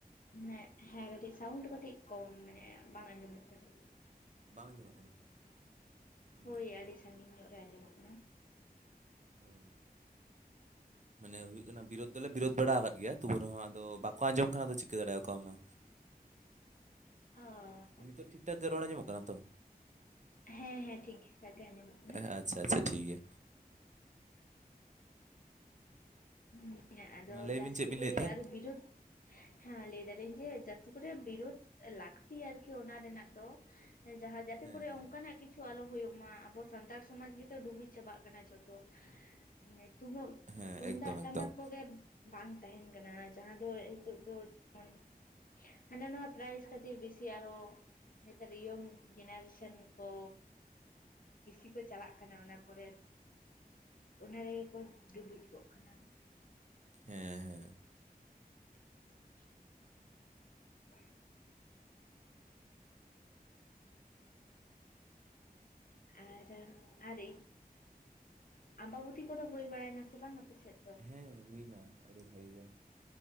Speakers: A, on the left; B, on the right.
A: ᱦᱮ ᱦᱮᱸ ᱠᱟᱹᱴᱤᱡ ᱥᱟᱣᱩᱱᱰ ᱠᱟᱹᱴᱤᱡ ᱠᱚᱢ ᱢᱟᱱᱮ ᱵᱟᱝ ᱟᱸᱡᱚᱢᱚᱜ ᱠᱟᱱᱟ
B: ᱵᱟᱝ ᱟᱸᱡᱚᱢᱚᱜ ᱠᱟᱱᱟ ᱩᱸ,
A: ᱦᱳᱭ
B: ᱦᱟᱯᱮ
A: ᱟᱹᱰᱤ ᱥᱟᱺᱜᱤᱧ ᱧᱚᱜ ᱨᱮ ᱟᱸᱡᱚᱢᱚᱜ ᱠᱟᱱᱟ
B: ᱚ ᱢᱟᱱᱮ ᱦᱩᱭᱩᱜ ᱠᱟᱱᱟ ᱵᱤᱨᱳᱫ ᱫᱚᱞᱮ ᱵᱤᱨᱳᱫ ᱵᱟᱲᱟ ᱟᱠᱟᱫ ᱜᱮᱭᱟ ᱛᱚᱵᱮ ᱨᱮᱦᱚᱸ ᱟᱫᱚ ᱵᱟᱠᱚ ᱟᱸᱡᱚᱢ ᱠᱷᱟᱱ ᱟᱫᱚ ᱪ ᱫᱟᱲᱮ ᱟᱠᱚ ᱢᱟ
A: ᱟᱻᱻ
B: ᱱᱤᱛᱚᱜ ᱴᱷᱤᱠ ᱴᱷᱟᱠ ᱜᱮ ᱨᱚᱲ ᱟᱱᱡᱚᱢᱚᱜ ᱠᱟᱱᱟ ᱛᱚ
A: ᱦᱮᱸ ᱦᱮᱸ ᱴᱷᱤᱠ <unintelligible> ᱜᱮ ᱟᱸᱡᱚᱢᱚᱜ ᱠᱟᱱᱟ
B: ᱦᱮᱸ ᱟᱪᱪᱷᱟ ᱟᱪᱪᱷᱟ ᱴᱷᱤᱠ ᱜᱮᱭᱟ
A: ᱦᱩᱸ ᱦᱮᱸ ᱟᱫᱚ
B: ᱢᱟ ᱞᱟᱹᱭ
A: ᱡᱟᱹᱥᱛᱤ
B: ᱵᱤᱱ ᱪᱮᱫ ᱵᱤᱱ
A: ᱠᱚᱨᱮ
B: ᱞᱟᱹᱭᱮᱫ ᱛᱟᱦᱮᱸᱫ
A: ᱟᱫᱚ ᱵᱤᱨᱩᱫᱽ ᱦᱮᱸ ᱞᱟᱹᱭ ᱫᱟᱞᱤᱧ ᱡᱮ ᱡᱟᱹᱥᱛᱤ ᱠᱚᱨᱮ ᱵᱤᱨᱩᱫᱽ ᱞᱟᱹᱠᱛᱤ ᱟᱨᱠᱤ ᱚᱱᱟ ᱨᱮᱱᱟᱜ ᱫᱚ ᱡᱟᱦᱟᱸ ᱡᱟᱛᱮ
B: ᱦᱮᱸ
A: ᱠᱚᱨᱮ
B: ᱦᱮᱸ
A: ᱚᱱᱠᱟᱱᱟᱜ ᱠᱤᱪᱷᱩ ᱠᱤᱪᱷᱩ ᱟᱞᱚ ᱦᱩᱭᱩᱜ ᱢᱟ ᱟᱵᱚ ᱥᱟᱱᱛᱟᱲ ᱥᱚᱢᱟᱡᱽ ᱜᱮᱛᱚ ᱰᱩᱵᱩᱡ ᱪᱟᱵᱟᱜ ᱠᱟᱱᱟ ᱡᱷᱚᱛᱚ <unintelligible>
B: ᱦᱮᱸ
A: ᱛᱩᱢᱫᱟᱜ
B: ᱮᱠᱫᱚᱢ
A: ᱴᱟᱢᱟᱠ
B: ᱮᱠᱫᱚᱢ
A: ᱠᱚᱜᱮ ᱵᱟᱝ ᱛᱟᱦᱮᱱ ᱠᱟᱱᱟ ᱡᱟᱦᱟᱸ ᱫᱚ ᱱᱤᱛᱚᱜ ᱫᱚ ᱡᱮᱢᱚᱱ ᱦᱟᱱᱟ ᱱᱚᱣᱟ ᱯᱨᱟᱭᱤᱡᱽ ᱠᱷᱟᱹᱛᱤᱨ ᱵᱤᱥᱤ ᱟᱨᱚ ᱱᱮᱛᱟᱨ ᱤᱭᱚᱝ ᱡᱮᱱᱟᱨᱮᱥᱮᱱ ᱠᱚ ᱵᱮᱥᱤ ᱠᱚ ᱪᱟᱞᱟᱜ ᱠᱟᱱᱟ ᱚᱱᱟ ᱠᱚᱨᱮ ᱚᱱᱟ ᱨᱮᱜᱮ ᱠᱚ ᱰᱩᱵᱩᱡ ᱠᱚᱜ ᱠᱟᱱᱟᱹ
B: ᱦᱮᱸ ᱦᱮᱸ
A: <inaudible> <inaudible> ᱟᱨ ᱟᱨ ᱟᱨ ᱟᱢᱵᱟᱵᱚᱛᱤ ᱠᱚᱫᱚ ᱦᱩᱭ ᱵᱟᱲᱟᱭᱱᱟ ᱥᱮ ᱵᱟᱝ ᱟᱯᱮ ᱥᱮᱫ ᱫᱚ
B: ᱦᱮᱸ ᱦᱩᱭᱱᱟ ᱟᱹᱰᱤ ᱵᱷᱟᱜᱤ ᱜᱮ